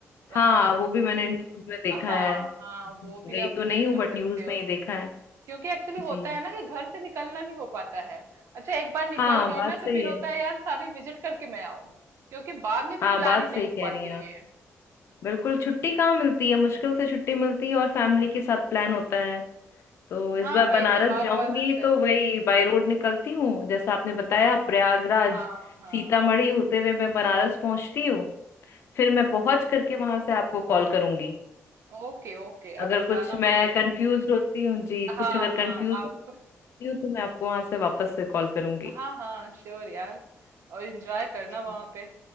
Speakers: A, on the right (about 65°); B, on the left (about 55°).
A: राम
B: हाँ
A: जन्मभूमि
B: वो भी मैंने न्यूज में देखा
A: हाँ
B: है
A: हाँ वो
B: गई
A: भी आप
B: तो
A: विजिट
B: नहीं हूँ
A: कर
B: बट
A: सकते
B: न्यूज
A: हो
B: में ही देखा है
A: क्योंकि एक्चुअली होता
B: जी
A: है ना कि घर से निकलना नहीं हो पाता है अच्छा एक बार निकल
B: हाँ
A: गए
B: बात
A: ना
B: सही
A: तो फिर
B: है
A: होता है यार सारी विजिट करके मैं आऊं क्योंकि बाद में फिर
B: हाँ
A: प्लानिंग
B: बात
A: नहीं
B: सही कह
A: हो पाती
B: रही हैं आप
A: है
B: बिल्कुल छुट्टी कहाँ मिलती है मुश्किल से छुट्टी मिलती है और फैमिली के साथ प्लान होता है तो इस
A: हाँ
B: बार
A: वही
B: बनारस
A: तो बार
B: जाऊंगी
A: बार ऐसे
B: तो वही बाय रोड निकलती हूँ जैसा आपने बताया प्रयागराज
A: हाँ हाँ
B: सीतामढ़ी होते हुए मैं बनारस पहुंचती हूँ फिर मैं पहुंच करके वहां से आपको कॉल करूंगी
A: ओके ओके
B: अगर
A: आप बताना
B: कुछ मैं
A: मुझे
B: कंफ्यूज होती हूँ जी
A: हाँ
B: कुछ अगर
A: हाँ
B: कंफ्यूज
A: आप
B: होती हूँ तो मैं आपको वहां से वापस से कॉल करूंगी
A: हाँ हाँ श्योर यार और एंजॉय करना
B: ठीक
A: वहां पे